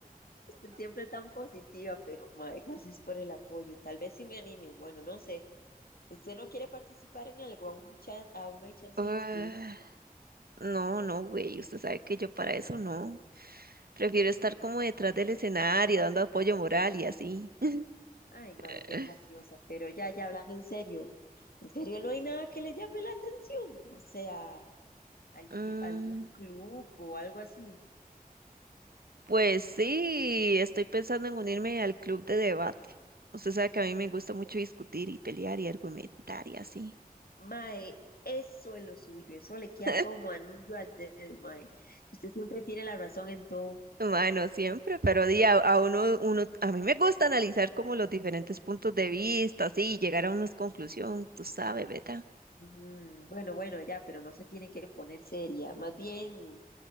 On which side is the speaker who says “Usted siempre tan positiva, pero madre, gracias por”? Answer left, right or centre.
Left